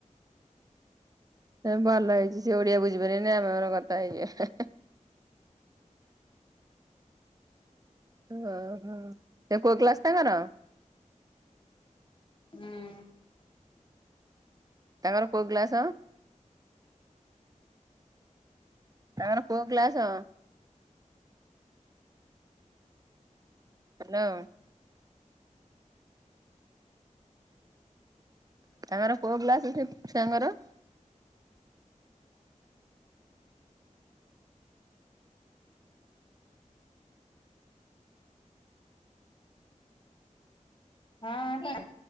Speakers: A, on the right; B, on the left.
A: ଭଲ ହେଇଛି ସେ ଓଡିଆ ବୁଝିପାରିବେନି ଆମେ ଆମର କଥା ହେଇଯିବା। ଓହୋ ତ କୋଉ କ୍ଲାସ ତାଙ୍କର?
B: ହୁଁ।
A: ତାଙ୍କର କୋଉ କ୍ଲାସ? ତାଙ୍କର କୋଉ କ୍ଲାସ? ହାଲୋ। ତାଙ୍କର କଉ କ୍ଲାସ ସେ ଛୁଆଙ୍କର?
B: ହଁ <inaudible>